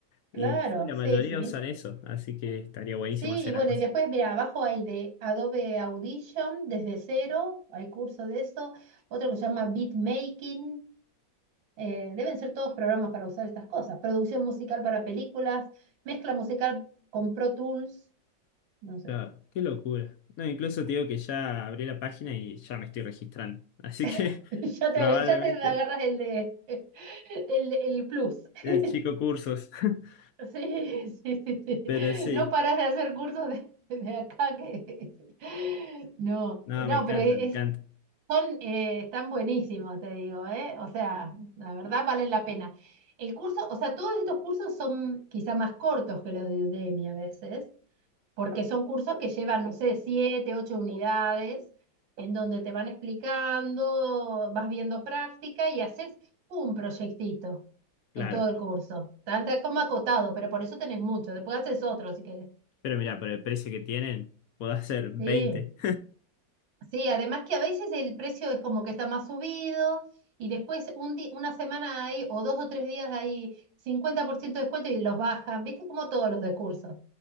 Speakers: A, on the left; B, on the right.
A: Y
B: claro,
A: sí, la
B: sí,
A: mayoría
B: sí.
A: usan eso, así que estaría buenísimo
B: Sí,
A: hacer
B: y bueno,
A: algo así.
B: y después, mira, abajo hay de Adobe Audition desde cero, hay curso de eso, otro que se llama Beatmaking, eh, deben ser todos programas para usar estas cosas, producción musical para películas, mezcla musical con Pro Tools, no sé,
A: Claro, qué locura. No, incluso te digo que ya abrí la página y ya me estoy registrando. Así que
B: <laughs> ya
A: <laughs>
B: te,
A: probablemente
B: ya te agarras el de <laughs> el, el plus.
A: el
B: <laughs>
A: chico cursos. <laughs>
B: Sí, sí, sí, sí.
A: Pero sí,
B: No paras de hacer cursos de, de acá que... <laughs> No,
A: no,
B: no,
A: me encanta,
B: pero es,
A: me encanta.
B: Son, eh, están buenísimos, te digo, ¿eh? O sea, la verdad valen la pena. El curso, o sea, todos estos cursos son quizá más cortos que los de Udemy a veces, porque son cursos que llevan, no sé, siete, ocho unidades, en donde te van explicando, vas viendo práctica y haces un proyectito
A: Claro.
B: en todo el curso. Tan, tan como acotado, pero por eso tenés mucho. Después haces otro si querés.
A: Pero mira, por el precio que tienen, puedo hacer veinte.
B: Sí. Sí, además que a veces el precio es como que está más subido y después un di- una semana hay o dos o tres días hay 50% de descuento y los bajan, ¿viste? Como todos los de cursos.